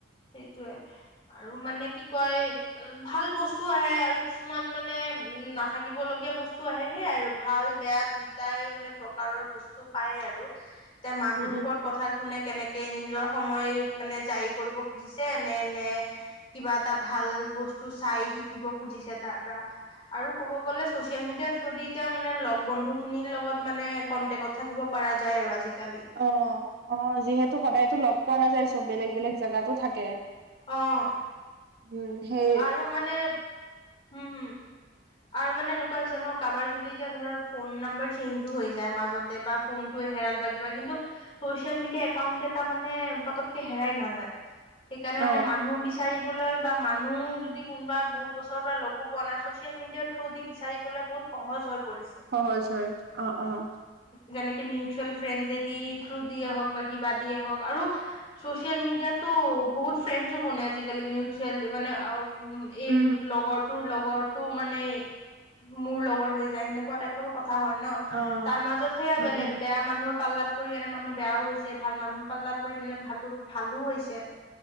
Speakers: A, on the left; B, on the right.
A: সেইটোৱেই আৰু মানে কি কয়? ভাল বস্তু আহে আৰু কিছুমান মানে উম নাথাকিবলগীয়া বস্তু আহে, সেয়াই আৰু ভাল বেয়া দুইটাই মানে প্ৰকাৰৰ বস্তু পায় আৰু, এতিয়া মানুহৰ
B: উম
A: ওপৰত
B: উম
A: কথা, কোনে কেনেকে নিজৰ সময় মানে জাৰি কৰিব খুজিছে নে নে কিবা এটা ভাল বস্তু চাই, শিকিব খুজিছে তাৰ পৰা। আৰু ক'ব গলে, চচিয়েল মিডিয়াৰ থ্ৰু দি এতিয়া মানে লগ বন্ধু খিনিৰ লগত মানে কন্টেকত থাকিব পাৰা যায় আৰু আজিকালি।
B: অ', অ' যিহেতু সদায়তো লগ পোৱা নাযায়, চব বেলেগ বেলেগ জাগাতো থাকে।
A: অহ।
B: উম, হে
A: আৰু মানে, হম হম। আৰু মানে এনেকুৱা হৈছে ন, কাৰোবাৰ যদি এতিয়া ধৰ, ফোন নম্বাৰ যদি চেঞ্জো হৈ যায় মাজত। বা ফোনটো হেৰাল বা কিবা কিন্তু চচিয়েল মিডিয়া একাউণ্ট এটা মানে পতককে হেৰাই নাযায়। সেইকাৰণে মানে
B: অ'
A: মানুহ বিচাৰিবলৈ বা মান মানুহ যদি কোনোবা বহুত বছৰৰ পৰা লগো পোৱা নাই, ছচিয়েল মিডিয়াৰ থ্ৰ দি বিচাৰিবলৈ বহুত সহজ হৈ পৰিছে।
B: সহজ হয়, অ' অ'।
A: যেনেকে মিউচুৱেল ফ্ৰেণ্ডছ দি থ্ৰু দিয়েই হওক বা কিবা দিয়ে হওক আৰু চ'চিয়েল মিডিয়াতো বহুত ফ্ৰেণ্ডজো বনে আজিকালি, মিউচ মানে অ' উ এই
B: উম
A: লগৰ তোৰ লগৰটো মানে মোৰ লগৰ হৈ যায়, সেনেকুৱা টাইপৰো কথা হয় ন।
B: অ'।
A: তাৰ মাজত সেইয়া
B: উম,
A: বেলেগ,
B: উম,
A: বেয়া মানুহৰ পাল্লাত পৰি কেনে মানুহ বেয়াও হৈছে, ভাল মানুহৰ পাল্লাত পৰি মানে ভালো ভালো হৈছে।